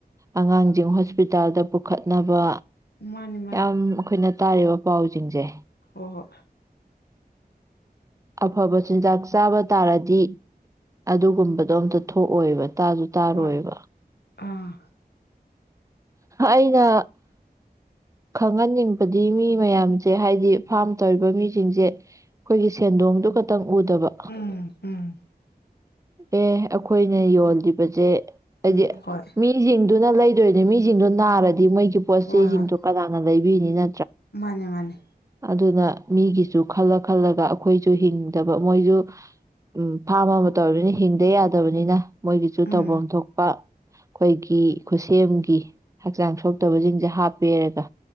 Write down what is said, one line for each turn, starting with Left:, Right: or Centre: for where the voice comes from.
Right: ꯑꯉꯥꯡꯁꯤꯡ ꯍꯣꯁꯄꯤꯇꯥꯜꯗ ꯄꯨꯈꯠꯅꯕ
Left: ꯃꯥꯅꯤ ꯃꯥꯅꯤ
Right: ꯌꯥꯝ ꯑꯩꯈꯣꯏꯅ ꯇꯥꯔꯤꯕ ꯄꯥꯎꯁꯤꯡꯁꯦ
Left: ꯑꯣ
Right: ꯑꯐꯕ ꯆꯤꯟꯖꯥꯛ ꯆꯥꯕ ꯇꯥꯔꯗꯤ ꯑꯗꯨꯒꯨꯝꯕꯗꯣ ꯑꯝꯇ ꯊꯣꯛꯑꯣꯏꯕ ꯇꯥꯁꯨ ꯇꯥꯔꯣꯏꯕ
Left: ꯍꯣꯏ ꯑꯥ
Right: ꯑꯩꯅ ꯈꯪꯍꯟꯅꯤꯡꯕꯗꯤ ꯃꯤ ꯃꯌꯥꯝꯁꯦ ꯍꯥꯏꯗꯤ ꯐꯥꯔꯝ ꯇꯧꯔꯤꯕ ꯃꯤꯁꯤꯡꯁꯦ ꯑꯩꯈꯣꯏꯒꯤ ꯁꯦꯟꯗꯣꯡꯗꯨ ꯈꯛꯇꯪ ꯎꯗꯕ
Left: ꯎꯝ ꯎꯝ
Right: ꯑꯦ ꯑꯩꯈꯣꯏꯅ ꯌꯣꯜꯂꯤꯕꯁꯦ ꯍꯥꯢꯗꯤ
Left: ꯎꯝ ꯍꯣꯏ
Right: ꯃꯤꯁꯤꯡꯁꯦ ꯑꯗꯨꯅ ꯂꯩꯗꯣꯏꯅꯦ ꯃꯤꯁꯤꯡꯗꯣ ꯅꯥꯔꯗꯤ ꯃꯩ ꯄꯣꯠ
Left: ꯍꯣꯏ
Right: ꯆꯩ ꯆꯩꯁꯤꯡꯁꯤꯡꯊꯣꯛ
Left: ꯍꯣꯏ
Right: ꯀꯗꯥꯗ ꯂꯩꯕꯤꯅꯤꯅ
Left: ꯃꯥꯅꯦ ꯃꯥꯅꯦ
Right: ꯑꯗꯨꯅ ꯃꯤꯒꯤꯁꯨ ꯈꯜꯂ ꯈꯜꯂꯒ ꯑꯩꯈꯣꯏꯁꯨ ꯍꯤꯡꯗꯕ ꯃꯣꯏꯁꯨ ꯎꯝ ꯐꯥꯝ ꯑꯃ ꯇꯧꯅꯤꯅ ꯍꯤꯡꯗ ꯌꯥꯗꯕꯅꯤꯅ ꯃꯣꯏꯒꯤꯁꯨ
Left: ꯎꯝ
Right: ꯇꯧꯐꯝ ꯊꯣꯛꯄ ꯑꯩꯈꯣꯏꯒꯤ ꯈꯨꯠꯁꯦꯝ ꯒꯤ ꯍꯛꯆꯥꯡ ꯁꯣꯛꯇꯕꯁꯤꯡꯁꯦ ꯍꯥꯞꯄꯦꯔꯒ